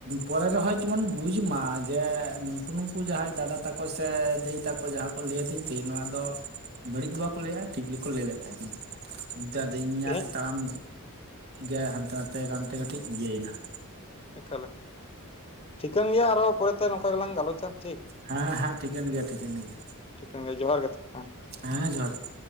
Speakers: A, on the right; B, on the left.
A: ᱯᱚᱨᱮ ᱨᱮᱦᱚᱭ ᱡᱮᱢᱚᱱ ᱵᱩᱡᱽ ᱢᱟ, ᱡᱮ ᱱᱩᱠᱩ ᱱᱩᱠᱩ ᱡᱟᱦᱟᱸᱭ ᱫᱟᱫᱟ ᱛᱟᱠᱚᱼᱼ ᱥᱮ ᱫᱟᱹᱭ ᱛᱟᱠᱚ ᱡᱟᱦᱟᱸ ᱠᱚ ᱞᱟᱹᱭ ᱟᱹᱫᱤᱧ ᱛᱮᱦᱮᱧ ᱱᱚᱣᱟ ᱫᱚ ᱵᱟᱹᱲᱤᱡ ᱫᱚ ᱵᱟᱠᱚ ᱞᱟᱹᱭᱟ ᱾ ᱴᱷᱤᱠ ᱜᱮᱠᱚ ᱞᱟᱹᱭ ᱞᱮᱫ ᱛᱟᱦᱮᱸ, ᱱᱤᱛᱚᱜ ᱟᱫᱚ ᱤᱧᱟᱹᱜ
B: ᱛᱮᱦᱮᱧ
A: ᱛᱟᱲᱟᱢᱼᱼ ᱜᱮ ᱦᱟᱱᱛᱮ ᱱᱟᱛᱮ ᱜᱟᱱᱛᱮ ᱜᱟᱛᱮᱧ ᱤᱭᱟᱹ ᱭᱮᱱᱟ ᱮᱱᱟ ᱾
B: ᱮᱠᱟᱞ, ᱴᱷᱤᱠᱟᱹᱱ ᱜᱮᱭᱟ ᱟᱨᱚ ᱯᱚᱨᱮᱛᱮ ᱱᱚᱝᱠᱟ ᱜᱮᱞᱟᱝ ᱜᱟᱞᱚᱪᱟ ᱾
A: ᱦᱟᱸ ᱦᱟᱸ ᱴᱷᱤᱠᱟᱹᱱ ᱜᱮᱭᱟ ᱴᱷᱤᱠᱟᱹᱱ ᱜᱮᱭᱟ ᱾
B: ᱴᱷᱤᱠᱟᱹᱱ ᱜᱮ, ᱡᱚᱦᱟᱨ ᱜᱮ <unintelligible>
A: ᱦᱮᱸ, ᱡᱚᱦᱟᱨ ᱜᱮ᱾